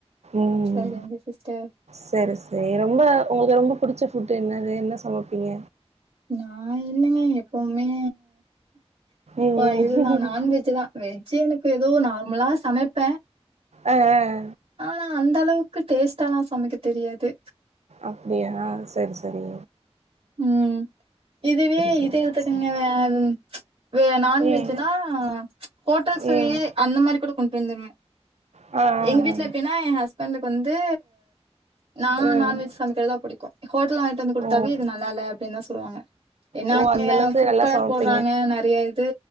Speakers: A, on the right; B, on the right.
A: ம்
B: சரிங்க சிஸ்டர்.
A: சேரி சேரி ரொம் ரொம்ப உங்களுக்கு ரொம்ப புடிச்ச ஃபுட்டு என்னது என்ன சமப்பீங்க
B: நா என்னங்க எப்போவுமே
A: ம்
B: ஆ இதுதா
A: ம்
B: நாண்வெஜ்ஜுதா வெஜ்ஜு எனக்கு ஏதோ நார்மலா சமைப்ப
A: ஆ ஆ ஆ
B: ஆனா அந்தளவுக்கு டேஸ்ட்டலா சமைக்கத் தெரியாது
A: அப்டியா செரி செரி
B: ம் இதுவே
A: சரி
B: இது இழுத்ததுங்க
A: சரி.
B: வேற ம் வே நாண்வெஜ்ஜுனா
A: ம்
B: ஹோட்டல் சுவையே
A: ம்
B: அந்த மாரி கூட கொண்டு வந்துருவே
A: ஆ ஆ
B: எங்க வீட்ல எப்டின்னா ஏ ஹஸ்பண்டுக்கு வந்து நா
A: ஆ ம்
B: நாண்வெஜ் சமைக்கிறதுதா புடிக்கு ஹோட்டல்ல வாங்கிட்டு வந்து குடுத்தாவே
A: ம்
B: இது நல் அப்டின்னு தா சொல்லுவாங்க எல்லாமே
A: ஓ அந்த
B: தாங்க
A: அளவுக்கு
B: ஃபுட்
A: நல்லா
B: கலர்
A: சமைப்பீங்க
B: போட்றாங்க நறைய இது